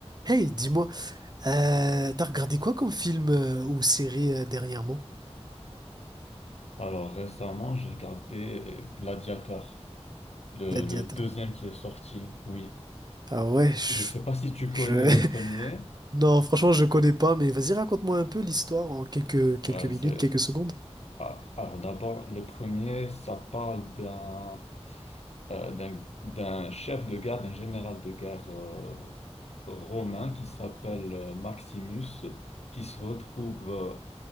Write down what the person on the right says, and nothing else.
Hey, dis-moi, euh, t'as regardé quoi comme film euh, ou série euh, dernièrement?
Gladiator.
Ah ouais,
je... je- <laughs>
Non, franchement, je connais pas, mais vas-y, raconte-moi un peu l'histoire en quelques, quelques
minutes,
quelques secondes.